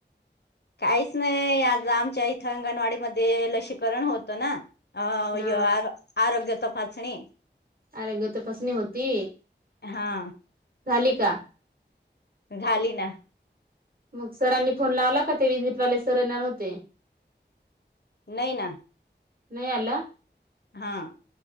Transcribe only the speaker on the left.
काहीच नाही आज आमच्या इथं अंगणवाडी मध्ये लसीकरण होतं ना, अ
य्यो आ आरोग्य तपासणी.
हा.
झाली ना,
नही ना,
हा <inaudible>